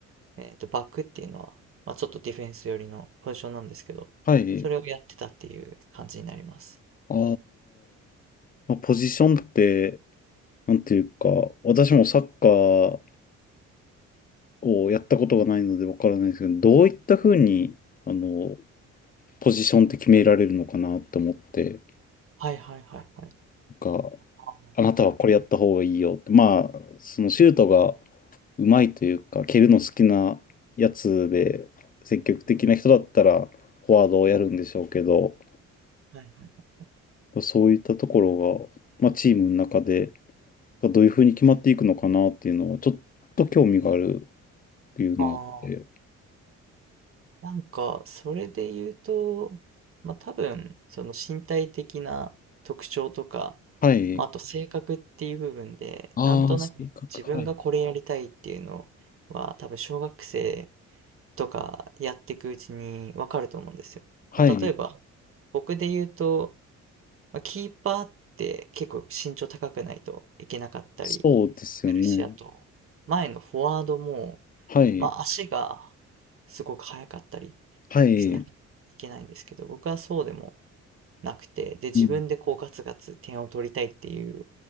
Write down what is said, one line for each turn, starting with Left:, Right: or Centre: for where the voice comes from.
Right: えーと、バックっていうのは、まあ、ちょっとディフェンス寄りのポジションなんですけど、
Left: はい。
Right: それをやってたっていう感じになります。
Left: ああ、まあ、ポジションって、なんていうか、私もサッカーこうやったことがないのでわからないですけど、どういったふうに、あの、ポジションって決められるのかなと思って、
Right: はいはいはいはい。
Left: なんか、
Right: ああ、
Left: あなたはこれやった方がいいよって、
Right: なる
Left: まあ、そのシュートがうまいというか、蹴るの好きなやつで、積極的な人だったら、フォワードをやるんでしょうけど、
Right: はいはい。
Left: そういったところが、まあ、チームの中で、どういうふうに決まっていくのかなっていうのは、ちょっと興味があるっていうのがあって、
Right: あなんか、それで言うと、まあ、多分、その身体的な特徴とか、
Left: はい。
Right: まあ、あと性格っていう部分で、
Left: ああ、
Right: なんとなく自分がこれやりたいっていうのは、
Left: 性格、はい。
Right: 多分小学生とかやっていくうちにわかると思うんですよ。
Left: はい。
Right: まあ、例えば、僕で言うと、まあ、キーパーって結構身長高くないといけなかったり
Left: そうですよね。
Right: するし、あと、前のフォワードも、
Left: はい。
Right: まあ、足がすごく速かったり
Left: はい。
Right: しなきゃいけないんですけど、僕はそうでもなくて、で、自分でこうガツガツ点を取りたいっていう
Left: うん。